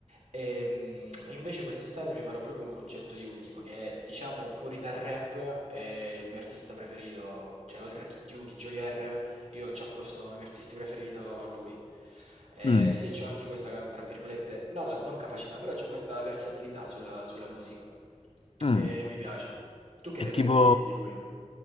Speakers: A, on the right; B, on the left.
A: ehm, e invece quest'estate mi farò proprio un concerto di Ultimo, che è diciamo fuori dal rap, è il mio artista preferito, cioè oltre a Kid Yugi, Geolier... Io ci accosto come mio artista preferito lui. Eh,
B: mm,
A: sì, c'ho anche questa, tra virgolette, non, la- non capacità, però c'ho questa versatilità sulla, sulla musica.
B: mm.
A: E mi piace. Tu che ne
B: E
A: pensi
B: tipo,
A: di, di lui?